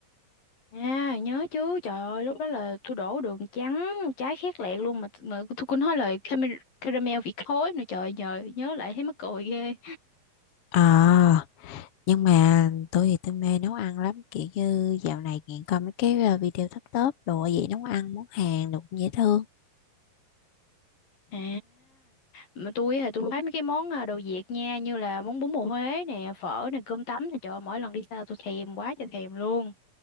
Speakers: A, on the left (about 75°); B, on the left (about 55°).
A: À, nhớ chứ trời ơi lúc đó là tôi đổ đường trắng trái khét lẹt luôn mà, mà tôi cũng nói là caramel, caramel vị khối nữa trời nhờ nhớ lại thấy mắc cười ghê
B: Ờ nhưng mà tôi thì tôi mê nấu ăn lắm kiểu như dạo này nghiện coi mấy cái ờ, video top top đồ vậy nấu ăn món Hàn đồ cũng dễ thương
A: à mà tôi thì tôi thấy mấy cái món à, đồ Việt nha như là món bún bò Huế nè phở nè cơm tấm nè trời ơi, mỗi lần đi xa tôi thèm quá trời thèm luôn